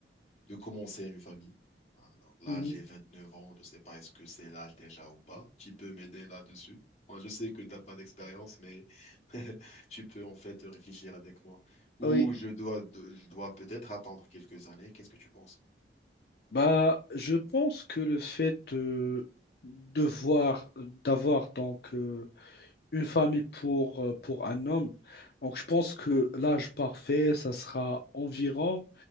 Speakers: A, on the left (about 40°); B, on the left (about 60°).
A: de commencer une famille. Alors là,
B: Mhm.
A: j'ai 29 ans, je ne sais pas est-ce que c'est l'âge déjà ou pas. Tu peux m'aider là-dessus. Moi, je sais que tu n'as pas d'expérience, mais <laughs> tu peux en fait réfléchir avec moi. Ou
B: oui,
A: je dois, je dois peut-être attendre quelques années. Qu'est-ce que tu penses?
B: Bah, je pense que le fait de, de voir, d'avoir donc euh, une famille pour, euh, pour un homme, donc je pense que l'âge parfait, ça sera environ,